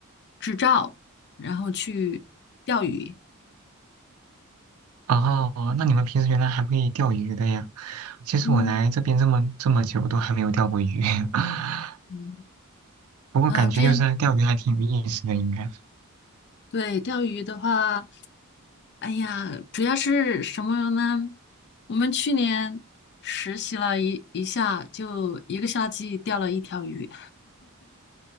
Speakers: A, on the left; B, on the right.
A: 执照，然后去钓鱼。
B: 哦，哦，那你们平时原来还会钓鱼的呀？其实我来这边这么这么久都还没有钓过鱼，
A: 嗯。
B: <laughs>
A: 嗯，
B: 不过感觉就是钓鱼还挺有意思的，
A: 啊，这样
B: 应该。
A: 对钓鱼的话，哎呀，主要是什么呢？我们去年实习了一一下，就一个夏季钓了一条鱼。